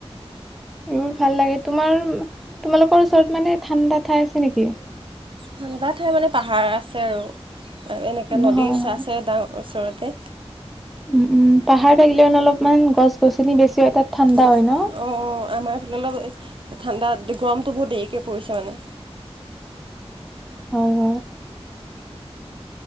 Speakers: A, in the centre; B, on the right.
A: এইবোৰ ভাল লাগে তোমাৰ তোমালোকৰ ওচৰত মানে ঠাণ্ডা ঠাই আছে নেকি?
B: ঠাণ্ডা ঠাই মানে পাহাৰ আছে আৰু, আৰু এনেকে
A: উম,
B: নদী
A: হয়
B: ওচ আছে ডাঙৰ ওচৰত। তে
A: উ উম পাহাৰ থাকিলে মানে অলপমান গছ গছনি বেছি হয় তাত ঠাণ্ডা
B: গছ
A: হয় ন।
B: অঁ আমাৰ এইফালে অলপ ঠাণ্ডা গৰমটো বহুত দেৰিকৈ পৰিছে মানে।
A: হয়, হয়।